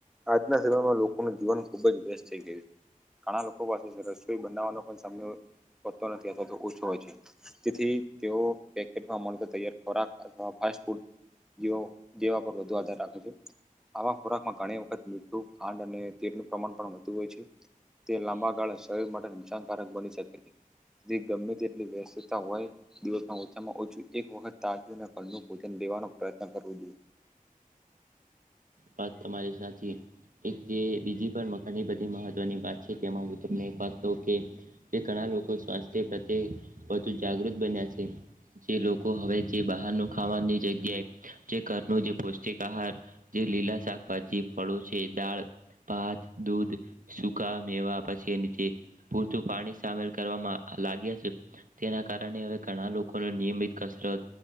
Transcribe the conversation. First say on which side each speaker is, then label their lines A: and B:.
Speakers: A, in the centre; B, on the right.
A: આજના સમયમાં લોકોનું જીવન ખુબ જ વ્યસ્ત થઈ ગયું છે ઘણા લોકો પાસે રસોઈ બનાવવાનો પણ સમય પતો નથી અથવા તો ઓછો હોય છે તેથી તેઓ પેકેટમાં મળતા તૈયાર ખોરાક અથવા ફ ફૂડ જીવો જીવા પર વધુ આધાર રાખ આવા ખોરાકમાં ઘણી વખત મીઠું ખાંડ અને તેલનું પ્રમાણ પણ વધતુ હોય છે તે લાંબા
B: હમ
A: ગાળા શરીર માટે નુકસાનકારક બની શકે છે તે ગમે તેટલી વ્યસ્તતા હોય દિવસમાં ઓછામાં ઓછું એક વખત તાજું અને કનું ભોજન દેવાનો પ્રયત્ન કરવો જોઈએ
B: વાત તમારી સાચી એક જે બીજી પણ મ ઘણી બધી મહત્વની વાત છે તેમાં હું તમને એક વાત કહું કે તે ઘણા લોકો સ્વાસ્થ્ય પ્રત્યે વધુ જાગૃત બન્યા છે જે લોકો હવે જે બહારનું ખાવાની જગ્યાએ જે ઘરનું જે પૌષ્ટિક આહાર જે લીલા શાકભાજી ફળો છે દાળ ભાત દૂધ સુકા મેવા પછી નીચે પૂરતું પાણી સામેલ કરવામાં લાગ્યા છે તેના કારણે હવે ઘણા લોકોને નિયમિત કસરત